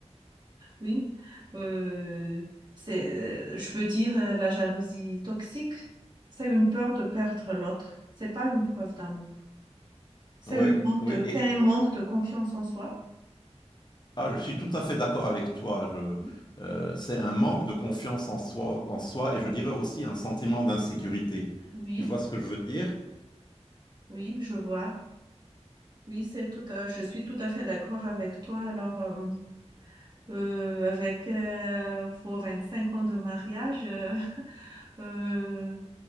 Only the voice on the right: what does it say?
oui, euh, c'est, euh, je veux dire, euh, la jalousie toxique, c'est une peur de perdre l'autre. C'est pas une preuve d'amour. C'est
une manque
de, c'est un manque de confiance en soi.
Oui,
oui,
oui, je vois. Oui, c'est tout à- je suis tout à fait d'accord avec toi. Alors, euh, euh, avec euh, vos 25 ans de mariage, euh, <laughs> euh,